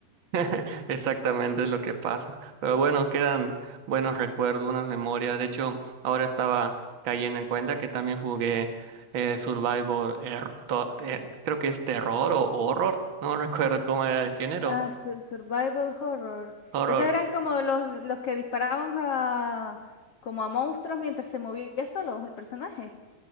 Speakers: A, on the right; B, on the left.
A: <laughs> Exactamente es lo que pasa. Pero bueno, quedan buenos recuerdos, buenas memorias. De hecho, ahora estaba cayendo en cuenta que también jugué eh, Survivor, er- to- eh, creo que es terror o horror, no <laughs> recuerdo cómo era el género.
B: Ah, su- survival horror.
A: Horror,
B: Esos eran como los, los que disparaban a, como a monstruos mientras se movía solo el personaje.